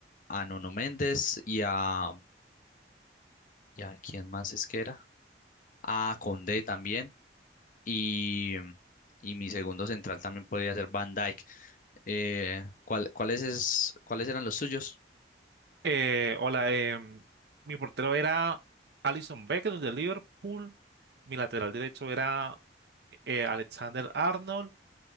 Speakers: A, on the left; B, on the right.
A: a Nuno Méndez y a, y a ¿quién más es que era? A Condé también. y, y mi segundo central también podría ser Van Dijk. Eh, ¿cuál- cuáles es, cuáles eran los suyos?
B: Eh, hola, em, mi portero era Alison Becker de Liverpool, mi lateral derecho era eh, Alexander Arnold,